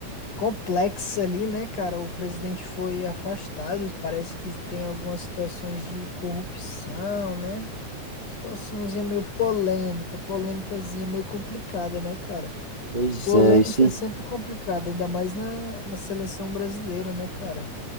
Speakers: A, on the left; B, on the right.
A: complexa ali, né, cara? O presidente foi afastado, parece que tem algumas situações de corrupção, né? Situaçãozinha meio polêmica, polêmicazinha meio complicada, né, cara?
B: Pois
A: Polêmica
B: é, isso.
A: é sempre complicada, ainda mais na, na seleção brasileira, né, cara?